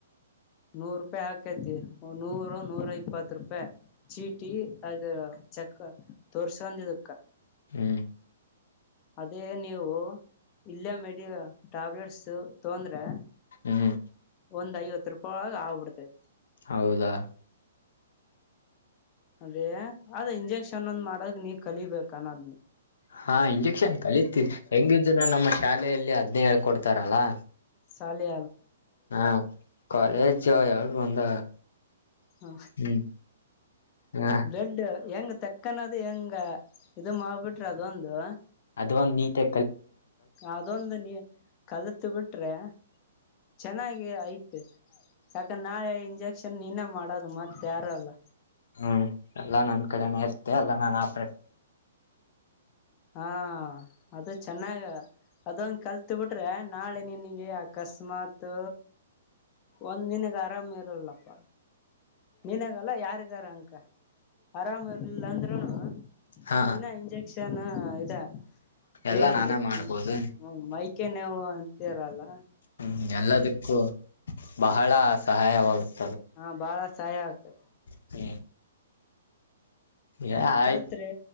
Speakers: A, on the left; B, on the left.
A: ನೂರ್ ರೂಪಾಯ್ ಹಾಕೈತಿ ನೂರು ನೂರ ಇಪ್ಪತ್ ರೂಪಾಯ್ ಚೀಟಿ ಅದು. ಚಕ್ಕ ತೋರ್ಸೊಂದಿದಕ್ಕ.
B: ಹ್ಮ್
A: ಅದೇ ನೀವು ಇಲ್ಲೇ ಮೆಡಿ ಟ್ಯಾಬ್ಲೆಟ್ಸ್ ತೊಂದ್ರೆ.
B: ಹ್ಮ್
A: ಒಂದ್ ಐವತ್ ರೂಪಾಯ್ ಒಳಗ್ ಆಗ್ಬಿಡ್ತೈತಿ.
B: ಹೌದಾ
A: ಅದೇ ಅದ್ ಇಂಜೆಕ್ಷನ್ ಒಂದ್ ಮಾಡದ ನೀ ಕಲಿಬೇಕು ಅನ್ನೋದ್ನ.
B: ಹಾ ಇಂಜೆಕ್ಷನ್ ಕಲಿತೀವಿ ಹೆಂಗಿದ್ರು ನಮ್ಮ ಶಾಲೆಯಲ್ಲಿ ಹದ್ನೇ ಹೇಳ್ ಕೊಡ್ತಾರಲ್ಲಾ
A: ಸಾಲೆ
B: ಹಾ ಕಾಲೇಜ್ ಯಾವರು ಒಂದ
A: ಹಾ
B: ಹ್ಮ್ ಹ
A: ಬ್ಲಡ್ ಹೆಂಗ್ ತಕ್ಕನದು ಹೆಂಗ ಇದು ಮಾಡಿಬಿಟ್ರೆ ಅದೊಂದು.
B: ಫೋನು ನಿತೆ
A: ಅದೊಂದು ನೀ ಕಲತ್ ಬಿಟ್ರೆ. ಚೆನ್ನಾಗಿ ಆಯ್ತು ಯಾಕಂದೆ ನಾಳೆ ಇಂಜೆ. ಸುಮ್ನೆ ನೀನೇ ಮಾಡೋದು ಮತ್ತೆ ಯಾರು ಅಲ್ಲ.
B: ಹ್ಮ್ ಎಲ್ಲಾ ನನ್ ಕಡೆನ ಇರ್ತ ಎಲ್ಲಾ ನಾ ಆಪ.
A: ಹಾ ಅದು ಚೆನ್ನಾಗ ಅದೊಂದು ಕಲ್ತ್ ಬಿಟ್ರೆ ನಾಳೆ ನಿನಗೆ ಅಕಸ್ಮಾತ್, ಒಂದ್ ದಿನ ಆರಾಮ್ ಇರಲ್ಲಪ್ಪ. ನೀನಗೆಲ್ಲ ಯಾರಿದರು ಅನ್ಕೋ ಆರಾಮ ಇರರ್ಲಿಲ್ಲ ಅಂದ್ರುನು.
B: ಹಾ
A: ನೀನಾ ಇಂಜೆಕ್ಷನ್ ಇದ ಪೋನಿಗೆ
B: ಎಲ್ಲಾ ನಾನೇ ಮಾಡ್ಬೋದು
A: ಹ್ಮ ಮೈಕೈ ನೋವು ಅಂತರಲ್ಲ.
B: ಹ್ಮ್ ಎಲ್ಲದಕ್ಕೂ ಬಹಳ ಸಹಾಯವಾಗುತ್ತೆ
A: ಹಾ ಬಹಳ ಸಹಾಯ ಆಗತತಿ
B: ಹ್ಮ ಏ ಆಯ್ತು
A: ಕಲ್ತ್ರಿ